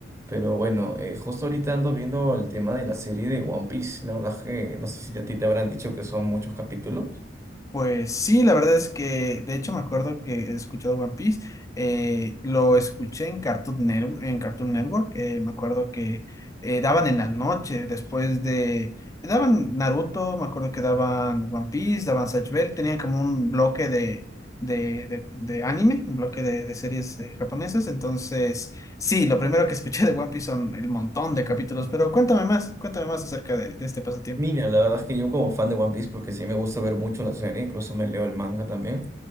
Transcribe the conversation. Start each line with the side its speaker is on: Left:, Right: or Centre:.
Right: pero bueno, eh, justo ahorita ando viendo el tema de la serie de One Piece, la verdad es que no sé si a ti te habrán dicho que son muchos capítulos.
Left: Pues sí, la verdad es que, de hecho, me acuerdo que he escuchado One Piece. eh, lo escuché en Cartoon Network, en Cartoon Network. eh, me acuerdo que eh, daban en la noche, después de. Daban Naruto, me acuerdo que daban One Piece, daban Zatch Bell. Tenían como un bloque de, de, de- de anime, un bloque de, de series eh, japonesas. Entonces, sí, lo primero que escuché de One Piece son el montón de capítulos. Pero cuéntame más, cuéntame más acerca de, de este pasatiempo.
Right: Mira, la verdad es que yo como fan de One Piece, porque sí me gusta ver mucho la serie, incluso me leo el manga también.